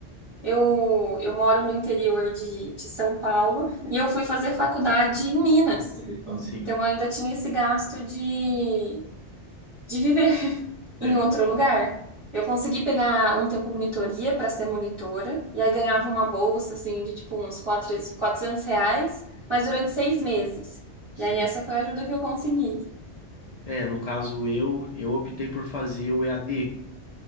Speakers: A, on the right; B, on the left.
A: Eu, eu moro no interior de, de São Paulo e eu fui fazer faculdade em Minas.
B: Sim,
A: Então eu ainda tinha esse gasto de, de viver <laughs> em
B: é,
A: outro lugar. Eu consegui pegar um tempo monitoria para ser monitora e aí ganhava
B: sim.
A: uma bolsa assim de tipo uns quatro 400 reais, mas durante seis meses.
B: sim.
A: E aí essa foi a ajuda que eu consegui.
B: É, no caso eu, eu optei por fazer o EAD